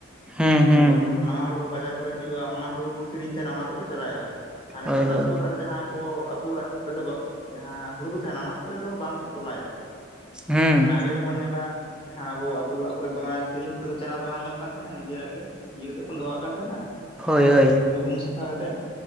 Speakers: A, in the centre; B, on the left.
A: ᱦᱩᱸ
B: ᱱᱟᱣᱟ
A: ᱦᱩᱸ
B: ᱦᱩᱲᱩ ᱠᱚ ᱵᱟᱡᱟᱨ ᱠᱚᱨᱮ ᱦᱤᱡᱩᱜᱼᱟ ᱚᱱᱟ ᱦᱩᱲᱩ ᱠᱚᱠᱚ ᱠᱤᱨᱤᱧ ᱛᱟᱦᱮᱱᱟ ᱚᱱᱟ ᱛᱮᱠᱚ ᱪᱟᱨᱟᱭᱟ ᱟᱨ ᱱᱮᱛᱚ
A: ᱦᱳᱭ
B: ᱫᱚ
A: ᱦᱳᱭ
B: ᱟᱹᱛᱩ ᱚᱲᱟᱜ ᱨᱮ ᱡᱟᱦᱟᱸ ᱠᱚ ᱟᱛᱳ ᱚᱲᱟᱜ ᱨᱮᱫᱚ ᱡᱟᱦᱟᱸ ᱦᱩᱲᱩ ᱠᱚ ᱛᱟᱦᱮᱱᱟ ᱚᱱᱟ ᱛᱮᱫᱚ ᱵᱟᱝᱠᱚ ᱛᱚᱞᱟᱭᱟ᱾
A: ᱦᱩᱸ
B: ᱢᱟᱱᱮ ᱟᱜᱮ ᱫᱚᱵᱚᱱ ᱧᱮᱞᱟ ᱡᱟᱦᱟᱸ ᱟᱵᱚ ᱟ ᱟᱹᱛᱩ ᱚᱲᱟᱜ ᱠᱚᱨᱮ ᱫᱚ ᱢᱮ ᱠᱤᱨᱤᱧ ᱛᱮᱫᱚ ᱪᱟᱨᱟ ᱫᱚ ᱵᱟᱝ ᱧᱟᱢᱚᱜ ᱠᱟᱱ ᱛᱟᱦᱮᱱᱟ ᱱᱤᱡᱮᱨᱟᱜ ᱜᱮ ᱤᱭᱟᱹ ᱠᱟᱛᱮᱮᱫ ᱵᱚᱱ ᱫᱚᱦᱚᱟᱜ ᱠᱟᱱ ᱛᱟᱸᱫᱱᱟ
A: ᱦᱳᱭ
B: ᱟᱨ
A: ᱦᱳᱭ
B: ᱜᱩ ᱥᱟᱯᱷᱟ ᱠᱟᱛᱮᱫ